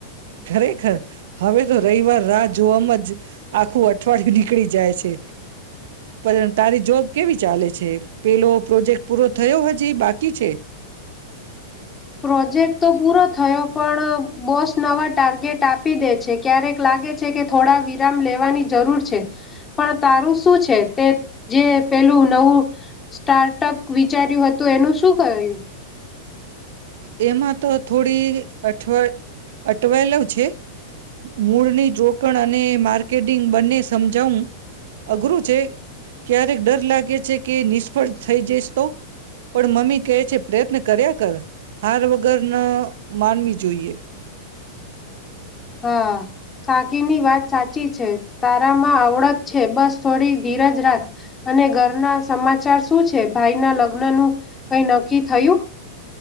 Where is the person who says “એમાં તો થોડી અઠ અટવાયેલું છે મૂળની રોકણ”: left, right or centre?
Right